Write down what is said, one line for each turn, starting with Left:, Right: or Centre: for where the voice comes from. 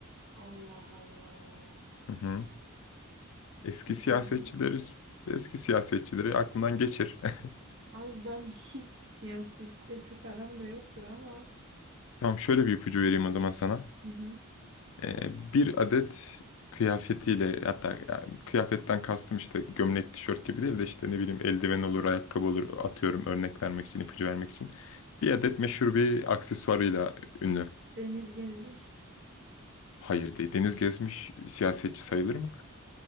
Right: Allah Allah.
Left: Hı hı. Eski
Right: Bir
Left: siyasetçileri,
Right: tane.
Left: eski siyasetçileri aklından geçir. <laughs>
Right: Ay ben hiç siyasetle pek aram da yoktur ama.
Left: Tamam şöyle bir ipucu vereyim o zaman sana.
Right: Hı hı.
Left: Ee, bir adet kıyafetiyle hatta yani kıyafetten kastım işte gömlek, tişört gibi değil de işte ne bileyim eldiven olur, ayakkabı olur atıyorum örnek vermek için, ipucu vermek için. Bir adet meşhur bir aksesuarıyla ünlü.
Right: Deniz gezmiş.
Left: Hayır değil. Deniz Gezmiş siyasetçi sayılır mı?